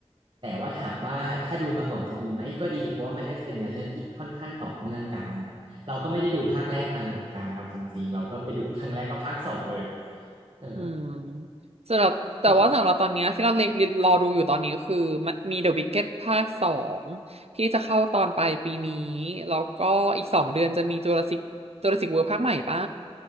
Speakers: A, on the right; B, on the right.
A: แต่ว่าถามว่าถ้าดูมาก่อนจะดีไหมก็ดีเพราะว่ามันก็จะเป็นเนื้อเรื่องที่ค่อนข้างต่อเนื่องกันเราก็ไม่ได้ดูภาคแรกมาเหมือนกันเอาจริงๆเราก็ไปดูครั้งแรกก็ภาคสองเลยเออ
B: อืมสำหรับแต่ว่าสำหรับตอนเนี้ยที่เราเล็งรอดูอยู่ตอนนี้คือมันมี
A: ครับ
B: The Wicked ภาคสองที่จะเข้าตอนปลายปีนี้แล้วก็อีกสองเดือนจะมี Jurassic Jurassic World ภาคใหม่ปะ